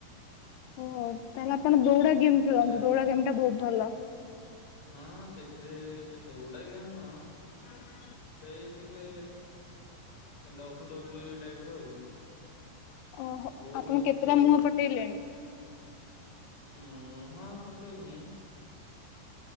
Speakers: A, on the left; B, on the left.
A: ଓ ତାହେଲେ ଆପଣ ଦୌଡ଼ା ଗେମ୍
B: ଆଛା
A: ଖେଳନ୍ତୁ ଦୌଡା ଗେମ୍ ଟା ବହୁତ ଭଲ।
B: ହଁ ସେଥିରେ ଦୌଡା ଗେମ୍ ନୁହଁ।
A: ହୁଁ।
B: ସେଇ ଟିକେ ଡବ୍ଲୁ ଡବ୍ଲୁ ଇ ଟାଇପ ର ଆଉ
A: ଓହୋ
B: ବହୁତ
A: ଆପଣ କେତେଟା ମୁହଁ ପଠେଇଲେଣି?
B: ମୁହଁ ଫଟେଇନି